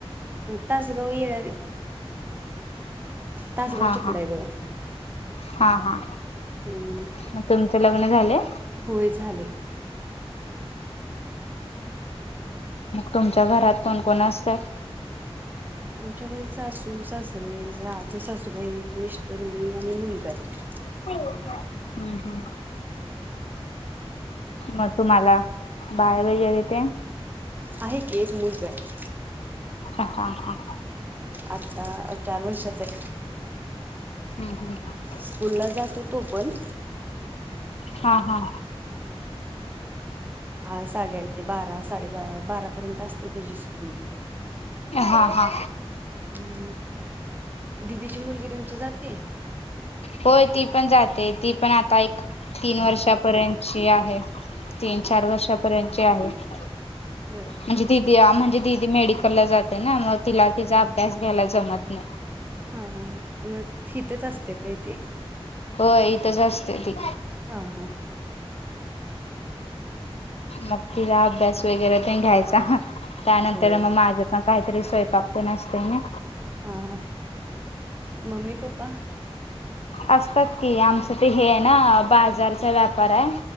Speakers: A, on the right; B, on the left.
A: तासगाव येळवी. तासगावच्या
B: हा
A: पुढा
B: हा
A: आहे बघा.
B: हा हा
A: ह
B: मग तुमचं लग्न झालंय?
A: होय झालय.
B: तुमच्या घरात कोण कोण असतय?
A: आमच्या घरी सासू, सासरे, आजं सासूबाई, मिस्टर, मी आणि मुलगा आहे.
B: हो हम्म हम्म मग तुम्हाला बाळ वगैरे तेन?
A: आहे की एक मुूलग आहे.
B: ह हा हा
A: आता चार वर्षाच आहे.
B: हम् हम्
A: स्कूल ला जात तो पण.
B: हा हा
A: ह साडेआठ ते बारा साडे बारा पर्यंत असते त्याची स्कूल.
B: हा हा
A: हम्म दिदीची मुलगी तुमची जाते?
B: होय ती पण जाते ती पण आता एक तीन वर्षापर्यंतची आहे. तीन
A: हां हां
B: चार वर्षापर्यंतचे आहेत.
A: होर
B: म्हणजे दिदी म्हणजे दिीदी मेडिकलला जाते ना मग तिला तिचा अभ्यास घ्यायला जमत नाही
A: हा हा ह मग हथच असते काय ती
B: हो इथंच असते ती
A: हां हां
B: मग तिचा अभ्यास वगैरे ते घ्यायचा त्यानंतर
A: होय.
B: मग माझं काहीतरी स्वयंपाकते नसते ना
A: हा ह म्मी पा्पा
B: असतात की आमचं ते हे ना बाजारचा व्यापार आहे